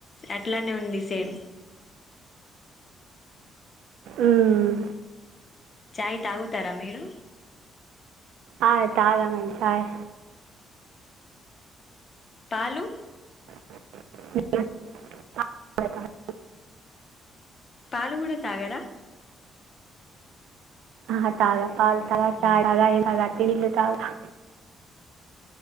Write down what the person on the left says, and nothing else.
అట్లానే ఉంది సేమ్
చాయ్ తాగుతారా మీరు
పాలు
పాలు కూడా తగ్గారా
ఉమ్.